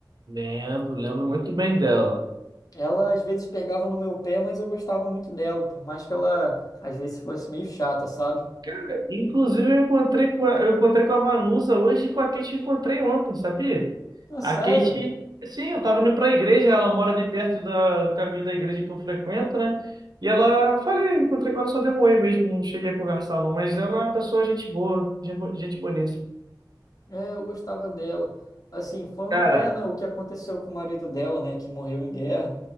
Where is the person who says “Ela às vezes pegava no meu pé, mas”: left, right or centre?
Left